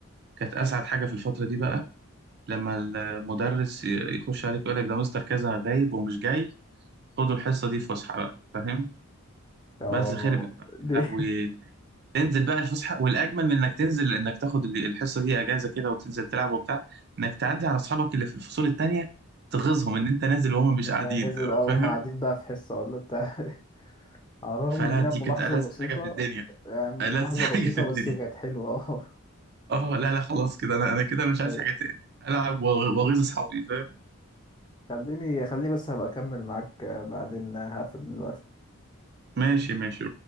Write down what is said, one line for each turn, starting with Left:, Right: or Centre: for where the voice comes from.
Right: كانت اسعد حاجه في الفتره دي بقى لما المدرس ي- يخش عليك يقول لك ده مستر كذا غايب ومش جاي خدوا الحصه دي فسحه بقى فاهم
Left: اه
Right: بس خربت بقى
Left: دي <laughs>
Right: يا لهوي تنزل بقى الفسحه والاجمل من انك تنزل انك تاخد ال- الحصه دي اجازه كده وتنزل تلعب وبتاع انك تعدي على اصحابك اللي في الفصول التانيه تغيظهم ان انت نازل وهم مش
Left: أنا
Right: قاعدين
Left: نزل اه
Right: فاهم
Left: هم قاعدين بقى في حصة ولا بتاع <laughs> على الرغم
Right: فلا
Left: ان هي
Right: دي
Left: ملاحظة
Right: كانت ألذ
Left: بسيطة
Right: حاجه في الدنيا
Left: يعني ملاحظة
Right: ألذ <laughs> حاجه
Left: بسيطة
Right: في الدنيا
Left: بس كانت حلوة <laughs>
Right: اه لا لا خلاص كده انا انا كده مش عايز
Left: اه طيب
Right: حاجه تاني العب و- واغيظ اصحابي فاهم
Left: خليني خليني بس هبقى اكمل معاك آه، بعدين آه، هقفل دلوقتي
Right: ماشي ماشي